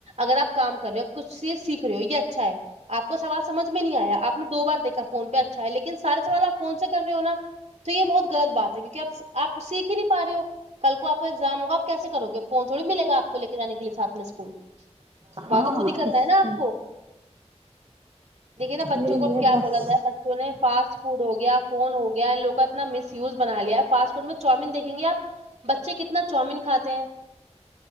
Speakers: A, on the right; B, on the right.
A: اگر آپ کام کر رہے ہو کچھ سے سیکھ رہے ہو یے اچھا ہے آپ کو سوال سمج میں نہیں آیا آپ نے دو بار دیکا فون پے اچھا ہے لیکن سارے سوال آپ فون سے کر رہے ہو نا تو یے بہت غلط بات ہے کیونکی آپ آپ سیکھ ہی نہیں پا رہے ہو کل کو آپ کو ایگزام ہوگا آپ کیسے کرو گے فون تھوڑی ملے گا آپ کو لے کے جا کے لیے ساتھ میں اسکول
B: ہاں
A: وہاں تو خود ہی کرنا
B: اس
A: ہے نا آپ کو دیکھیے نا
B: لیے
A: بچوں کو اب
B: یہ
A: کیا
B: بس
A: بولا جائے بچوں نے فاسٹ فوڈ ہو گیا فون ہو گیا ان لوگ کا نا مس یوز بنا لیا ہے فاسٹ فوڈ میں چاؤمین دیکھیں گے آپ بچے کتنا چاؤمین کاتے ہیں